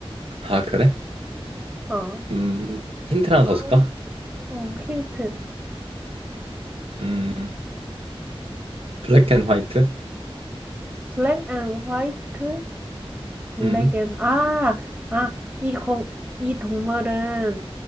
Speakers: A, on the right; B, on the right.
A: 아, 그래?
B: 어,
A: 음, 힌트를 하나
B: 아,
A: 더 줄까?
B: 음, 힌트.
A: 음, 블랙 앤 화이트?
B: 블랙 앤 화이트, 블랙
A: 음,
B: 앤, 아, 아, 이 거, 이 동물은